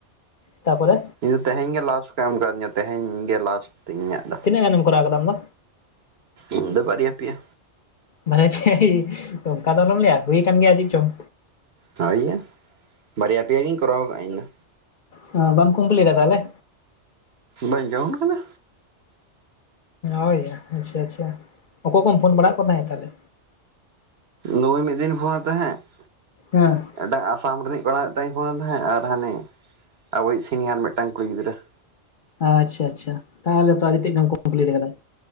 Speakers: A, on the left; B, on the right.
A: ᱛᱟᱯᱚᱨᱮ
B: ᱤᱧ ᱫᱚ ᱛᱮᱦᱮᱧ ᱜᱮ ᱞᱟᱥ ᱠᱟ ᱮᱢ ᱠᱟᱣᱫᱤᱧᱟ ᱛᱮᱦᱮᱧ ᱜᱮ ᱞᱟᱥ ᱛᱤᱧ ᱤᱧᱟᱹᱜ ᱫᱚ᱾
A: ᱛᱤᱱᱟᱹᱜ ᱜᱟᱱᱮᱢ ᱠᱚᱨᱟᱣ ᱠᱟᱫᱟ ᱟᱢ ᱫᱚ
B: ᱤᱧ ᱫᱚ ᱵᱟᱨᱭᱟ ᱯᱮᱭᱟ᱾
A: ᱢᱟᱱᱮ ᱚᱱᱠᱟ ᱫᱚ ᱟᱞᱚᱢ ᱞᱟᱹᱭᱟ ᱦᱩᱭ ᱠᱟᱱ ᱜᱮᱭᱟ ᱪᱤᱜ ᱪᱚᱝ᱾
B: ᱦᱳᱭ ᱭᱟ ᱵᱟᱨᱭᱟ ᱯᱮᱭᱟ ᱜᱤᱧ ᱠᱚᱨᱟᱣ ᱠᱟᱜᱼᱟ ᱤᱧ ᱫᱚ᱾
A: ᱦᱟᱸ ᱵᱟᱢ ᱠᱚᱢᱯᱞᱤᱴᱟ ᱛᱟᱦᱚᱞᱮ?
B: ᱵᱟᱹᱧ ᱠᱟᱹᱣᱩᱱᱴ ᱠᱟᱫᱟ᱾
A: ᱦᱳᱭᱼᱭᱟ ᱟᱪᱷᱟ ᱟᱪᱷᱟ ᱚᱠᱚᱭ ᱠᱚᱢ ᱯᱷᱳᱱ ᱵᱟᱲᱟ ᱟᱜ ᱠᱚ ᱛᱟᱦᱮᱸᱫ ᱛᱟᱦᱞᱮ?
B: ᱱᱩᱭ ᱢᱤᱫ ᱫᱤᱱ ᱯᱷᱳᱱᱮ ᱛᱟᱦᱮᱸᱫ ᱾
A: ᱦᱮᱸ᱾
B: ᱮᱴᱟᱜ ᱟᱥᱟᱢ ᱨᱤᱱᱤᱡ ᱠᱚᱲᱟ ᱢᱤᱫ ᱴᱟᱝ ᱤᱧ ᱯᱷᱳᱱ ᱟᱫᱮ ᱛᱟᱦᱮᱸᱫ ᱟᱨ ᱦᱟᱱᱤ ᱟᱵᱚᱭᱤᱡ ᱥᱤᱱᱤᱭᱟᱨ ᱢᱤᱫ ᱴᱟᱝ ᱠᱩᱲᱤ ᱜᱤᱫᱽᱨᱟᱹ ᱾
A: ᱟᱪᱪᱷᱟ ᱟᱪᱪᱷᱟ ᱛᱟᱦᱚᱞᱮ ᱛᱚ ᱟᱹᱰᱤ ᱛᱮᱫ ᱜᱮᱢ ᱠᱚᱢᱯᱞᱤᱴ ᱟᱠᱟᱫᱟ ᱾